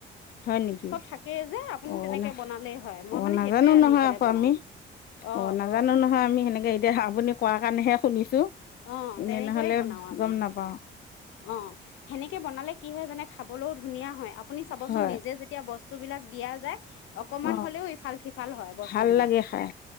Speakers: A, on the left (about 50°); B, on the left (about 80°).
A: হয় নেকি
B: চব থাকেই যে আপুনি
A: অ
B: তেনেকে
A: না
B: বনালেই হয় মই
A: অ
B: মানে
A: নাজানো
B: সেই সেইটোয়ে আনি
A: নহয়
B: পেলাই
A: আকৌ
B: বনাও।
A: আমি
B: অ
A: নাজানো
B: অ
A: নহয় আমি সেনেকে এতিয়া আপুনি কোৱাৰ কাৰণেহে শুনিছোঁ
B: অ
A: এনে
B: তেনেকৈয়ে
A: নহ'লে
B: বনাও আমি
A: গম নাপাওঁ।
B: অ সেনেকে বনালে কি হয় জানে খাবলৈও ধুনীয়া হয় আপুনি চাবচোন
A: হয়
B: নিজে যেতিয়া বস্তু বস্তুবিলাক দিয়া যায়। অকমান
A: অ
B: হ'লেও ইফাল সিফাল হয় বস্তু
A: ভাল
B: বিলাক
A: লাগে খাই